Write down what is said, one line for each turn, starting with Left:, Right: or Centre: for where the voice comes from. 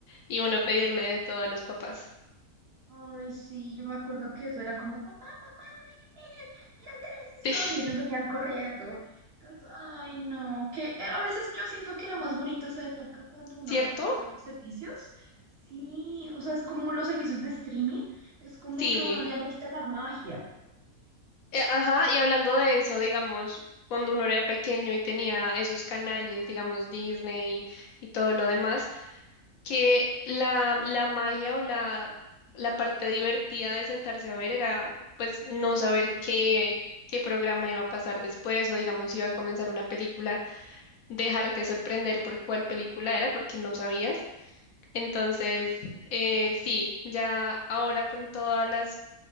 Left: y uno pedirle de todo a los papás.
Right: Ay, sí, yo me acuerdo que eso era como, papá, papá, miren, mira el televisor.
Left: <laughs>
Right: Y ellos
Left: Sí,
Right: venían corriendo. Entonces, ay, no, que eh, a veces yo siento que era más bonito esa época cuando uno
Left: ¿cierto?
Right: no tenía como los servicios. Sí, o sea, es como los servicios de streaming, es como
Left: Sigue.
Right: que a uno ya le quita la magia.
Left: Eh, ajá, y hablando de eso, digamos, cuando uno era pequeño y tenía esos canales, digamos, Disney y todo lo demás, que la, la magia o la, la parte divertida de sentarse a ver era, pues, no saber qué, qué programa iba a pasar después o, digamos, si iba a comenzar una película, dejarte sorprender por cuál película era porque no sabías. Entonces, eh, sí, ya ahora con todas las